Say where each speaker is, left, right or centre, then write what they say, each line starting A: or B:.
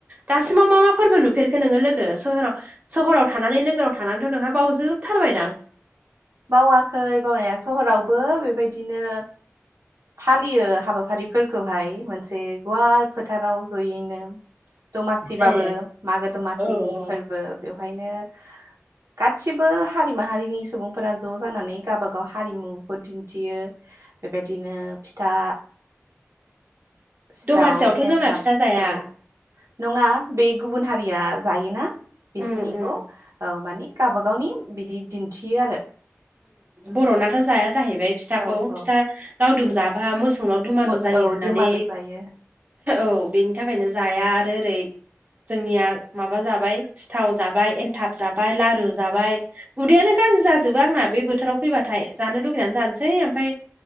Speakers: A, on the right (about 35°); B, on the right (about 75°).
A: दासिमाव मा मा फोरबो नुफेरखो नोंङो लोगो सहोराव सहराव थानानै नोगोराव थानानैथ' नोंहा बावजोबथारबायदां।
B: बावाखै बावनाया सहरावबो बेबायदिनो फालियो हाबाफारिफोरखौहाय मोनसे गुवार फोथाराव जयैनो। दमासिबाबो
A: ए
B: मागो दमासिनि
A: औ औ
B: फोरबो बेवहायनो गादसिबो हारि माहारिनि सुबुं फोर ज' जानानै गावबागाव हारिमुखौ दिन्थियो। बेबायदिनो फिथा सिथाव
A: दमासियावथ'
B: एन्थाब
A: जोंना फिथा जाया।
B: औ नङा बे गुबुन हारिया जायोना बिसिनिखौ
A: उम उम
B: औ माने गावबागावनि बिदि दिन्थियो आरो।
A: बर'नाथ' जाया जाहैबाय फिथाखौ
B: औ औ
A: फिथा लावदुम जाबा मोसौ मोसौनाव दुमालु
B: औ
A: जायो
B: औ
A: होननानै
B: दुमालु जायो
A: औ बेनि थाखायनो जाया आरो ओरै जोंनिया माबा जाबाय सिथाव जाबाय एनथाब जाबाय लारु जाबाय। उदैयानो गाज्रि जाजोबो आंना बे बोथोराव फैबाथाय जानो लुुबैनानै जानोसै ओमफ्राय